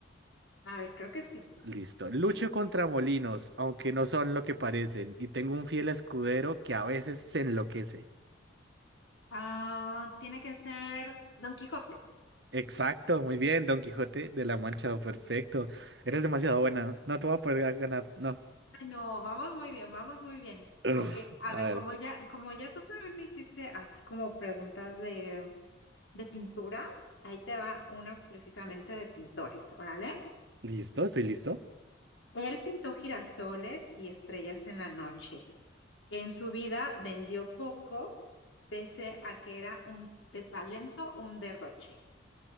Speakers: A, on the left (about 75°); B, on the right (about 60°).
A: A ver, creo que sí.
B: Listo. Lucho contra molinos, aunque no son lo que parecen, y tengo un fiel escudero que a veces se enloquece.
A: Ah, tiene que ser Don Quijote.
B: Exacto, muy bien, Don Quijote de la Mancha, perfecto. Eres demasiado buena. No te voy a poder ganar, no.
A: Ay, no, vamos muy bien, vamos muy bien.
B: <laughs>
A: Ok, a
B: A
A: ver, como
B: ver,
A: ya, como ya tú también me hiciste así como preguntas de, de pinturas, ahí te va una precisamente de pintores, órale.
B: listo, estoy listo.
A: Él pintó girasoles y estrellas en la noche. En su vida vendió poco, pese a que era un de talento, un derroche.